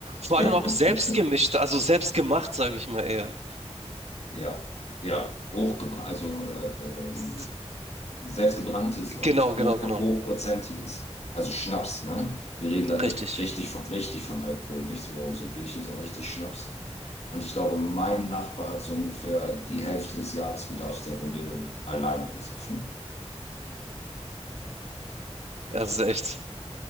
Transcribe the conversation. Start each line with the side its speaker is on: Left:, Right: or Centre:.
Right: Vor
Left: <laughs>
Right: allem auch selbst gemischt, also selbst gemacht, sage ich mal eher.
Left: Ja, ja, hochgebracht, also äh, ähm,
Right: S-
Left: selbstgebranntes und
Right: Genau,
Left: hochpro
Right: genau, genau.
Left: hochprozentiges. Also Schnaps, ne? Wir reden da
Right: Richtig.
Left: echt richtig von, richtig von Alkohol, nicht so, so Bierchen, sondern richtig Schnaps. Und ich glaube, mein Nachbar hat so ungefähr die Hälfte des Jahresbedarfs der Rumänen alleine besoffen.
Right: Das ist echt.